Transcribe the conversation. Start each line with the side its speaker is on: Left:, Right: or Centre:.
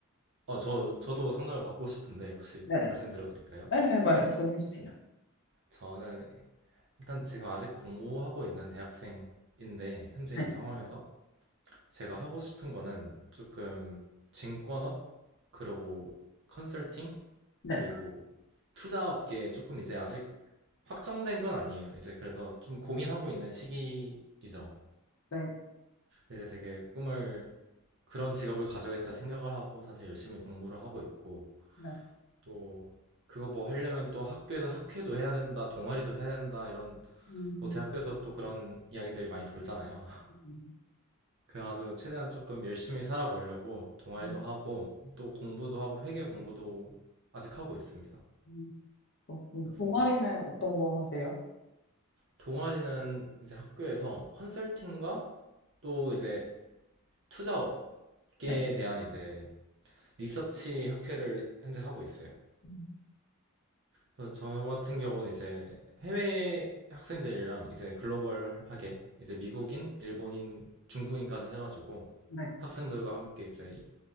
Right: 어, 저, 저도 상담을 받고 싶은데, 혹시
Left: 네네.
Right: 말씀드려도 될까요?
Left: 네네, 말씀해 주세요.
Right: 저는 일단 지금 아직 공부하고 있는 대학생인데, 현재
Left: 네,
Right: 이 상황에서 제가 하고 싶은 거는 조금 증권업, 그리고 컨설팅,
Left: 네,
Right: 그리고 투자 업계에 조금 이제 아직 확정된 건 아니에요. 이제 그래서 좀 고민하고 있는 시기이죠.
Left: 네,
Right: 이제 되게 꿈을 그런 직업을 가져야겠다 생각을 하고 사실 열심히 공부를 하고 있고
Left: 네.
Right: 또 그거 뭐 하려면 또 학교에서 학회도 해야 된다, 동아리도 해야 된다 이런
Left: 음,
Right: 뭐 대학교에서 또 그런 이야기들이 많이 돌잖아요. <laughs>
Left: 음,
Right: 그래가지고 최대한 조금 열심히 살아보려고 동아리도
Left: 음,
Right: 하고 또 공부도 하고 회계 공부도 아직 하고 있습니다.
Left: 음. 어, 그
Right: 그래서
Left: 동아리는 어떤 거 하세요?
Right: 동아리는 이제 학교에서 컨설팅과 또 이제 투자 업계에
Left: 네.
Right: 대한 이제 리서치 학회를 현재 하고 있어요.
Left: 음,
Right: 그래서 저 같은 경우는 이제 해외 학생들이랑 이제 글로벌하게 이제 미국인, 일본인, 중국인까지 해가지고
Left: 네.
Right: 학생들과 함께 이제